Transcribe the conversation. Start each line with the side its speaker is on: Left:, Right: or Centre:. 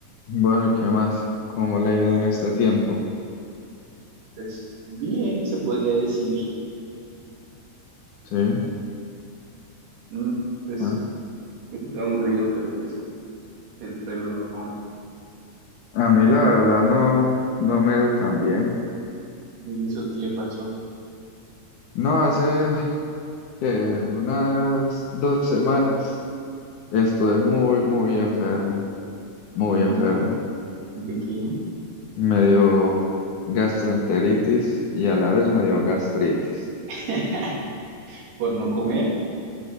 Left: Bueno, ¿y qué más? ¿Cómo le ha ido en este tiempo?
Right: Pues bien, se podría decir,
Left: Sí.
Right: ¿no? Pues
Left: A,
Right: aburrido, pero pues dentro de lo normal.
Left: a mí la verdad no, no me ha ido tan bien.
Right: ¿Y eso qué le pasó?
Left: No, hace que unas dos semanas estuve muy, muy enfermo, muy
Right: ¿Y
Left: enfermo.
Right: ¿De qué?
Left: Me dio gastroenteritis y a la vez me dio gastritis.
Right: <laughs> ¿Por no comer?